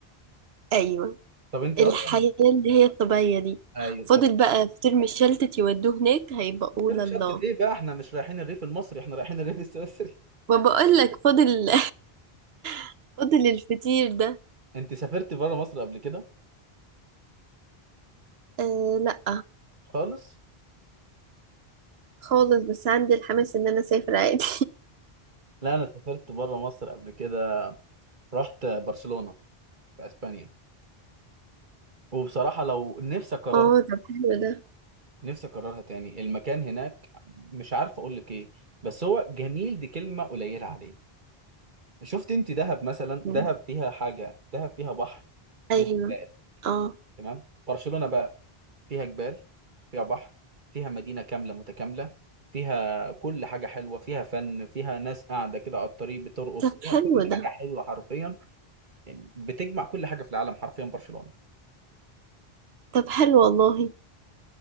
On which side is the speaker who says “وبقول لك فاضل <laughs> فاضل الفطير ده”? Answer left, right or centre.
Right